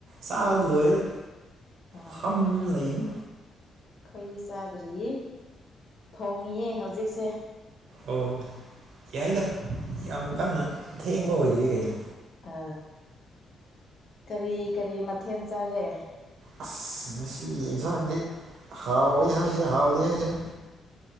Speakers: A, on the right; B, on the left.
A: ꯆꯥꯛꯕꯗ ꯂꯣꯏꯔ
B: ꯑꯥ
A: ꯐꯝ ꯂꯩꯅꯤ
B: ꯑꯈꯣꯏꯗꯤ ꯆꯥꯗ꯭ꯔꯤꯌꯦ ꯊꯣꯡꯉꯤꯌꯦ ꯍꯧꯖꯤꯛꯁꯦ
A: ꯑꯣ ꯌꯥꯏꯗ ꯌꯥꯝ ꯀꯟꯅ ꯊꯦꯡꯕ ꯑꯣꯏꯗ꯭ꯔꯤ ꯒꯩꯅꯣ
B: ꯑ ꯀꯔꯤ ꯀꯔꯤ ꯃꯊꯦꯟ ꯆꯥꯔꯦ
A: ꯑꯁ ꯉꯁꯤꯒꯤ ꯏꯟꯖꯥꯡꯖꯦ ꯍꯥꯎꯋꯦ ꯍꯥꯏꯁꯤꯔ ꯍꯥꯎꯗꯦ ꯍꯥꯏꯁꯤꯔ